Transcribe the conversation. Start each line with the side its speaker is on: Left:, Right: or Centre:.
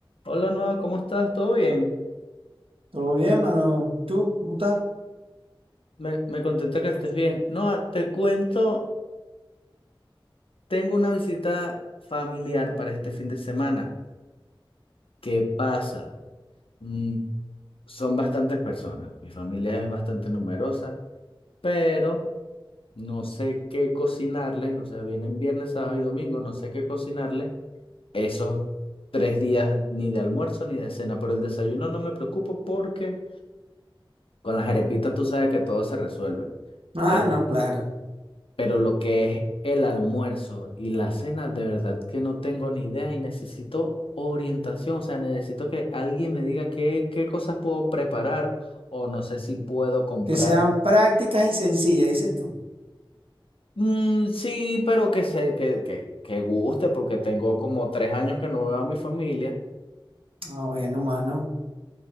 Left: Hola Noah, ¿cómo estás? ¿Todo bien?
Right: Todo bien, mano. ¿Tú? ¿Cómo estás?
Left: Me, me contenta que estés bien. Noah, te cuento, tengo una visita familiar para este fin de semana. ¿Qué pasa? Mm, son bastantes personas. Mi familia es bastante numerosa, pero no sé qué cocinarles. O sea, vienen viernes, sábado y domingo, no sé qué cocinarles esos tres días ni de almuerzo ni de cena. Por el desayuno no me preocupo porque con las arepitas tú sabes que todo se resuelve.
Right: Ah,
Left: Pero
Right: no, claro.
Left: Pero lo que es el almuerzo y la cena, de verdad que no tengo ni idea y necesito orientación. O sea, necesito que alguien me diga qué, qué cosas puedo preparar o no sé si puedo comprar.
Right: Que sean prácticas y sencillas, dices tú.
Left: Mm, sí, pero que sé, que, que, que guste porque tengo como tres años que no veo a mi familia.
Right: Ah, bueno, mano.